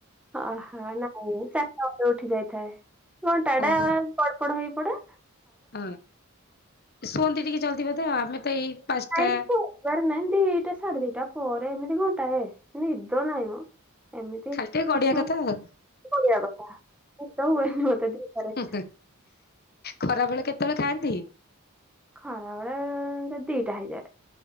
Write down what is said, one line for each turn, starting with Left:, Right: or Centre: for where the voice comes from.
Centre: ଅହ ନାଇଁ ଚାରିଟା ବେଳେ ଉଠିଯାଇଥାଏ, ଘଣ୍ଟା
Left: ଓହୋ
Centre: ଟେ ଗଡପଡ ହେଇପଡେ
Left: ହଁ ଶୁଅନ୍ତି ଟିକେ ଜଲଦି ବୋଧେ, ଆମେ ତ ଏଇ ପାଞ୍ଚଟା
Centre: ନାଇଁ ସୋଇବାର ନାଇଁ, ଦିଟା ସାଢେ ଦିଟା ପରେ ଏମିତି ଘଣ୍ଟାଏ ନିଦ ନାହିଁ ମ। ଏମିତି
Left: ଖାଲି ଟିକେ ଗଡିଆ
Centre: ମୁଁ,
Left: କଥା ଆଉ
Centre: ଗଡ଼ିବା କଥା। ନିଦ ହୁଏନି ମତେ ଦିପହରେ
Left: ହଁ ଖରା ବେଳେ କେତେବେଳେ ଖାଆନ୍ତି?
Centre: ଖରା ବେଳେ ଦିଟା ହେଇଯାଏ।